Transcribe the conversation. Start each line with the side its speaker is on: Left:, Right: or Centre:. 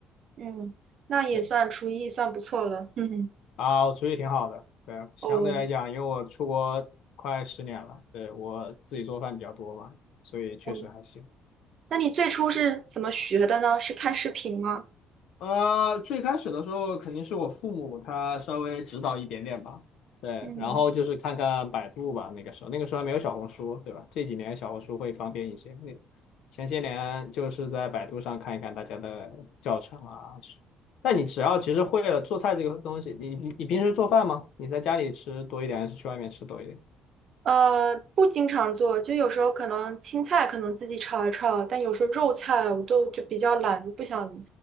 Right: 嗯，那也算厨艺算不错了。
Left: 对
Right: <laughs> 哼哼，
Left: 啊，我厨艺挺好的。对，相对来讲，
Right: 哦，
Left: 因为我出国快十年了，对，我自己做饭比较多嘛，所以确实还行。
Right: 嗯，那你最初是怎么学的呢？是看视频吗？
Left: 呃，最开始的时候肯定是我父母他稍微指导一点点吧，对，
Right: 嗯，
Left: 然后就是看看百度吧，那个时候那个时候还没有小红书，对吧？这几年小红书会方便一些，那前些年就是在百度上看一看大家的教程啊。那你只要其实会了做菜这个东西，你你你平时做饭吗？你在家里吃多一点还是去外面吃多一点？
Right: 呃，不经常做，就有时候可能青菜可能自己炒一炒，但有时候肉菜我都就比较懒，就不想